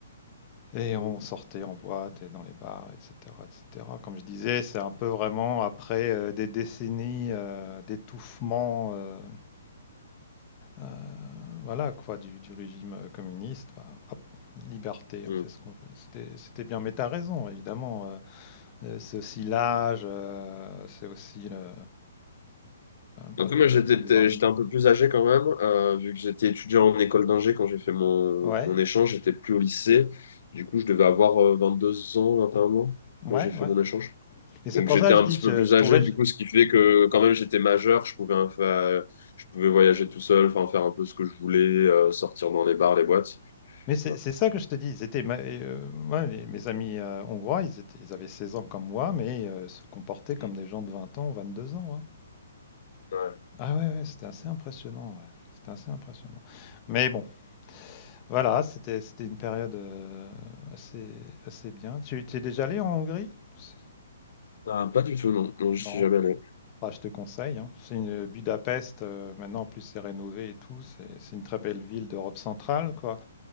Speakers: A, on the left (about 35°); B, on the left (about 65°).
A: et on
B: Mhm.
A: sortait en boîte et dans les bars, etc., etc. Comme je disais, c'est un peu vraiment après euh, des décennies euh, d'étouffement. euh, euh, voilà quoi, du, du régime euh, communiste, bah, hop, liberté,
B: Mhm.
A: on fait ce qu'on veut. C'était, c'était bien, mais t'as raison, évidemment. euh, euh, c'est aussi l'âge, euh, c'est aussi le, euh, bah,
B: Après,
A: le,
B: moi, j'étais,
A: le fait des
B: peut-être-
A: armées.
B: j'étais un peu plus âgé quand même, euh, vu que j'étais étudiant en école d'ingé quand j'ai fait mon,
A: Ouais,
B: mon échange, j'étais plus au lycée. Du coup, je devais avoir euh, deux ans, 21 ans
A: ouais,
B: quand j'ai fait
A: ouais.
B: mon échange.
A: Mais c'est
B: Donc,
A: pour
B: j'étais
A: ça que
B: un
A: je dis,
B: petit peu
A: je,
B: plus
A: je trouvais.
B: âgé, du
A: je-
B: coup, ce qui fait que quand même, j'étais majeur, je pouvais, faire, je pouvais voyager tout seul, enfin, faire un peu ce que je voulais, euh, sortir dans les bars, les boîtes.
A: Mais c'est
B: Voilà.
A: c'est ça que je te dis. Ils étaient, ma- euh, moi, les- mes amis euh, hongrois, ils étaient, ils avaient 16 ans comme moi, mais euh, se comportaient
B: Mhm.
A: comme des gens de 20 ans ou deux ans. hein.
B: Ouais.
A: Ah ouais, ouais, c'était assez impressionnant. ouais. C'était assez impressionnant. Mais bon. Voilà, c'était c'était une période euh, assez, assez bien. Tu tu es déjà allé en Hongrie? C'est-
B: Ah, pas du tout, non. Non, je
A: Non,
B: suis jamais allé.
A: Bah, je te conseille. hein. C'est une Budapest, euh, maintenant en plus c'est rénové et tout. C'est c'est une très belle ville d'Europe centrale, quoi.